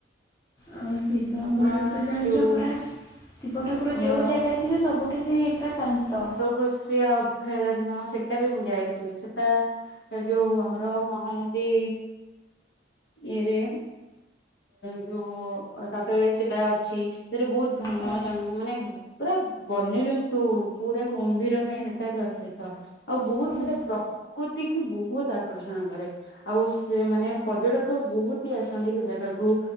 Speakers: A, on the left; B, on the left.
A: ଆଉ ଶିବଙ୍କର
B: ଆପଣ
A: ତ ଜାଣିଚ
B: ଯୋଉ
A: ପୁରାସ୍ ଶିବ ଠାକୁର
B: ଆମର
A: ଯୋଉ ଜାଗାରେ ଥିବେ ସବୁଠି ସେହି ପୁରା ଶାନ୍ତ।
B: ଘୋଷି ଅଭୟାରଣ୍ୟ, ସେଟା ବି ମୁଁ ଯାଇଥିଲି। ସେଟା ସେଟା ଯୋଉ ଆମର ମହାନଦୀ ଇଏ ରେ ଯୋଉ ଅ ତ ଟରେ ସେଟା ଅଛି, ସେତେରେ ବହୁତ ଘନ
A: ହଁ।
B: ଜଙ୍ଗ ମାନେ ପୁରା ବନ୍ୟଜନ୍ତୁ, ପୁରା କୁମ୍ଭୀର ପାଇଁ ସେଟା ପ୍ରସିଦ୍ଧ। ଆଉ ବହୁତ
A: ହୁଁ
B: ସେଟା ପ୍ରକୃତିକୁ ବହୁତ ଆକର୍ଷଣ କରେ। ଆଉ ସେ ମାନେ, ପର୍ଯ୍ୟଟକ ବହୁତ ହି ଆସନ୍ତି ସେ ଜାଗାକୁ